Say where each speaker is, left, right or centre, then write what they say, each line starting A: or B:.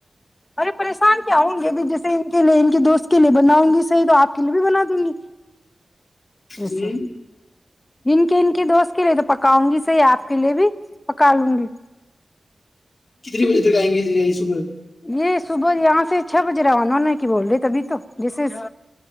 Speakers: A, on the left; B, on the left.
A: ارے پریشان کیا ہوں گی ا جیسے ان کے لیے ان کے دوست کے لیے بناؤں گی صحیح تو آپ کے لیے بھی بنا دوں گی اچھا
B: ہوں
A: ان کے ان کے دوست کے لیے تو پکاؤں گی صحیح آپ کے لیے بھی پکا لوں گی
B: کتنی بجے تک آئیں گے صبح
A: یہ صبح یہاں سے چھ بجے روانا نا کہ بول رہے تبھی تو جیسے